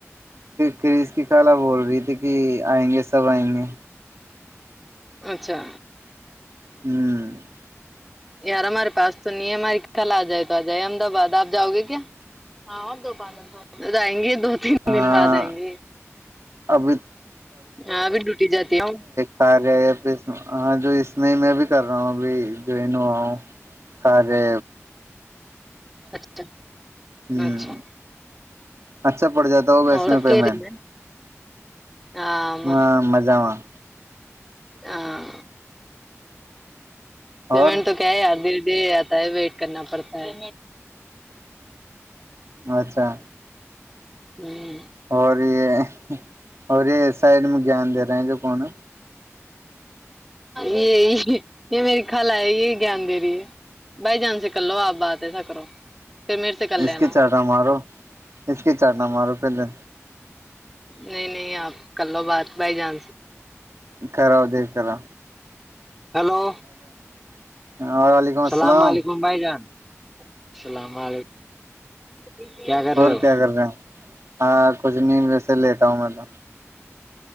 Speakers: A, on the right; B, in the centre.
A: کریس کی کال بول رہی تھی کہ آئیں گے سب آئیں گے
B: اچھا
A: <unintelligible>
B: یار ہمارے پاس تو نہیں ہے ہماری خل آ جائے تو آ جائے احمدآباد آپ جاؤ گے کیا ہاں دوانئیں گے دو تین
A: ہاں
B: دن بعد آئیں گے
A: ابھی
B: ہاں ابھی ڈوٹی جاتی ہ
A: سار ہاں جو اس میں ہی میں بھی کر رہا ہوں اب جوائن ہوا ہوں کارے
B: اچھا
A: ہوں
B: اچھا
A: اچھا پڑ جاتا ہو گی اس
B: اور سب
A: میں
B: کہہ
A: پیمنٹ
B: رہے ہیں ہاں م
A: ہاں مزہ میں
B: ہاں پیمٹ
A: اور
B: تو کیا یا د دے آتا ہے ویٹ کرنا پڑتا ہے
A: اچھا
B: <inaudible>
A: اور یہ اور یہ سائڈ میں گان دے رہے ہیں جو کون ہے
B: یہ یہ میری خل آ ہے یہی گان دے رہی ہے بائی جان سے کلو آپ باتتے ہے س کرو پھر میرے سے کر لینا
A: اس کے چٹنا مارو اس کے چٹنا مارو پہلے
B: نہیں نہیں آپ کر لو بات بائی چانس
A: کرا دے کرا
B: ہیلو
A: وعلیکم السلام
B: اللام علیکم بھائی جان السلام علیکم کیا کر رہے
A: اور
B: ہو
A: کیا رہے ہاں کچھ نہیں ویسے لیتا آوں میں تو